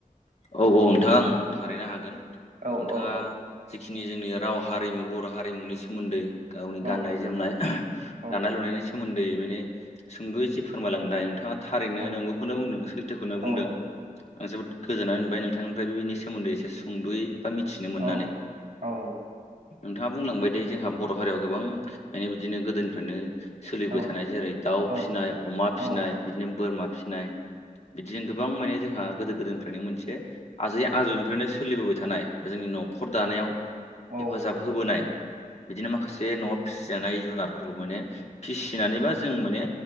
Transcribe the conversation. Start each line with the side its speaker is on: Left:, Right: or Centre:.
Left: औ औ नोंथाङा आं थारैनो हागोन।
Right: औ
Left: नोंथाङा
Right: औ
Left: जिखिनि जोंनि राव हारिमु बर' हारिमुनि सोमोन्दै गावनि
Right: औ
Left: गाननाय जोमनाय,
Right: औ
Left: दानाय लुनायनि सोमोन्दै माने सुंद'यै जि फोरमायलांनाय नोंथां थाङा थारैनो
Right: औ
Left: नोंगौखौनो बुंदों सैथोखौनो
Right: औ
Left: बुंदों। ओ जोबोद गोजोननाय बाय नोंथांनिफ्राय बेनि सोमोन्दै एसे सुंद'यै बा मिथिनो मोननानै।
Right: औ औ
Left: नोंथाङा बुंलांबाय दे, जोंहा बर' हारियाव गोबां, माने बिदिनो गोदोनिफ्रायनो सोलिबाय
Right: औ
Left: थानाय जेरै दाउ
Right: औ
Left: फिनाय, अमा फिनाय
Right: औ
Left: बिदिनो बोरमा फिनाय बिदिजों गोबां माने जोंहा गोदो गोदायनिफ्रायनो मोनसे आजै आजौनिफ्रायनो सोलिबोबाय थानाय जोंनि न'खर दानायाव
Right: औ
Left: हेफाजाब होबोनाय, बिदिनो माखासे न' फिसिजानाय जुनारफोरखौ माने, फिसिनानैबा जों माने